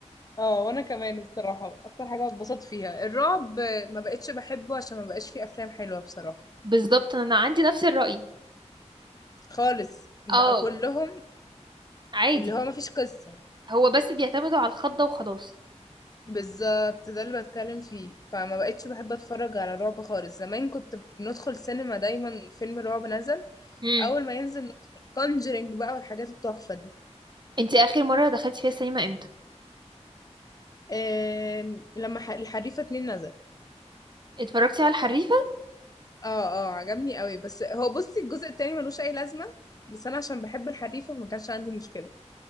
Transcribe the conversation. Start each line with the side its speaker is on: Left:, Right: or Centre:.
Left: اه وانا كمان الصراحه اكتر حاجه اتبسطت فيها الرعب ما بقتش بحبه عشان ما بقاش فيه افلام حلوه بصراحه
Right: بالظبط انا عندي نفس الرأي
Left: خالص بقى
Right: اه
Left: كلهم
Right: عادي
Left: اللي هو ما فيش قصه
Right: هو بس بيعتمدوا على الخضة وخلاص
Left: بالظبط ده اللي بتكلم فيه فما بقتش بحب اتفرج على رعب خالص زمان كنت بندخل سينما دايما فيلم رعب نزل
Right: امم
Left: اول ما ينزل ندخل كونجرينج بقى والحاجات التحفه دي
Right: انتي اخر مرة دخلتي فيها السينما امتى
Left: آم، لما ح- الحريفة اتنين نزل
Right: اتفرجتي على الحريفة
Left: اه اه عجبني قوي بس هو بصي الجزء التاني ملوش اي لازمة بس انا عشان بحب الحريفة ما كانش عندي مشكلة